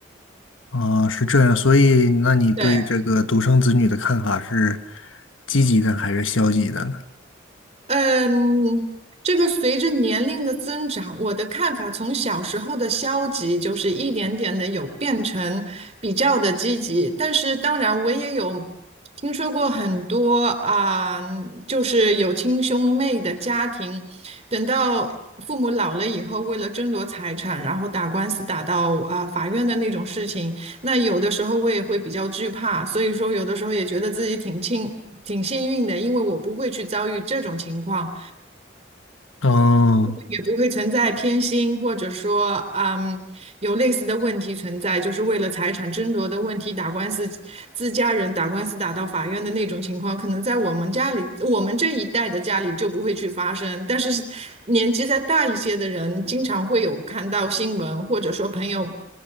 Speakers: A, on the left; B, on the right.
A: 啊，是这样，所以那你对这个独生子女的看法是
B: 对，
A: 积极的还是消极的呢？
B: 嗯，这个随着年龄的增长，我的看法从小时候的消极，就是一点点的有变成比较的积极。但是当然，我也有听说过很多啊、就是有亲兄妹的家庭，等到父母老了以后，为了争夺财产，然后打官司打到啊、法院的那种事情。那有的时候我也会比较惧怕，所以说有的时候也觉得自己挺庆。挺幸运的，因为我不会去遭遇这种情况，
A: 哦，
B: 也不会存在偏心，或者说，嗯，有类似的问题存在，就是为了财产争夺的问题打官司，自家人打官司打到法院的那种情况，可能在我们家里，我们这一代的家里就不会去发生。但是年纪再大一些的人，经常会有看到新闻，或者说朋友。